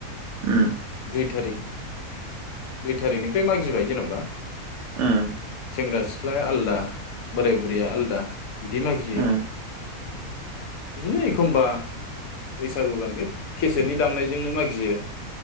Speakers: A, on the right; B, on the left.
A: उम
B: दुइ थारिख दुइ थारिखनिफ्राय मागिबाय जेन'बा
A: ओम
B: सेंग्रा सिख्लाया आलदा बोराय बुरैया आलदा बिदि मागियो
A: उम
B: आरो। बिदिनो एखमबा बैसागु गान बे केसेटनि दामनायजोंनो मागियो।